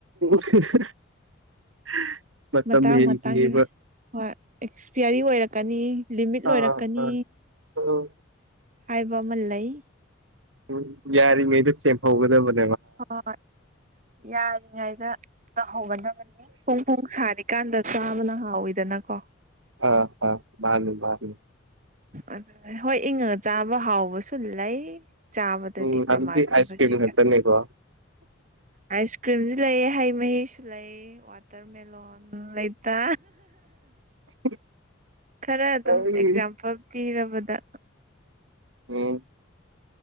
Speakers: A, on the right; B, on the right.
A: <inaudible>
B: ꯃꯇꯥꯡ
A: ꯍꯦꯟꯈꯤꯅꯦꯕ
B: ꯃꯇꯥꯡꯒꯤꯅꯦ ꯍꯣꯏ ꯑꯦꯛꯁꯄꯤꯌꯥꯔꯤ ꯑꯣꯏꯔꯛꯀꯅꯤ ꯂꯤꯃꯤꯠ ꯂꯣꯏꯔꯛꯀꯅꯤ
A: ꯑꯥ ꯑꯥ ꯎꯝ
B: ꯍꯥꯏꯕ ꯑꯃꯜ ꯂꯩ
A: ꯎꯝ ꯌꯥꯔꯤꯉꯩꯗ ꯁꯦꯝꯍꯧꯒꯗꯕꯅꯤ
B: ꯍꯣꯏ ꯌꯥꯔꯤꯉꯩꯗ ꯇꯧꯍꯧꯒꯗꯕꯅꯤ ꯄꯨꯡ ꯄꯨꯡ ꯁꯥꯔꯤꯀꯥꯟꯗ ꯆꯥꯕꯅ ꯍꯥꯎꯋꯤꯗꯅꯀꯣ
A: ꯑ ꯍ ꯃꯥꯅꯤ ꯃꯥꯅꯤ
B: ꯑꯗꯨ ꯍꯣꯏ ꯏꯪꯉꯒ ꯆꯥꯕ ꯍꯥꯎꯕꯁꯨ ꯂꯩ ꯆꯥꯕꯗꯗꯤ
A: ꯎꯝ
B: ꯄ꯭ꯔꯃꯥꯟ
A: ꯑꯗꯨꯗꯤ
B: ꯄꯤꯕꯥꯁꯤ
A: ꯑꯥꯏꯁ ꯀ꯭ꯔꯤꯝ ꯈꯛꯇꯅꯦꯀꯣ ꯑꯥ
B: ꯑꯥꯏꯁ ꯀ꯭ꯔꯤꯝꯁ ꯂꯩ ꯍꯩ ꯃꯍꯤꯁꯨ ꯂꯩ ꯋꯥꯇꯔ ꯃꯦꯂꯣꯟ ꯂꯩꯇ
A: <inaudible>
B: ꯈꯔ ꯑꯗꯨꯝ
A: ꯑꯩ
B: ꯑꯦꯛꯖꯥꯝꯄꯜ ꯄꯤꯔꯕꯗ
A: ꯎꯝ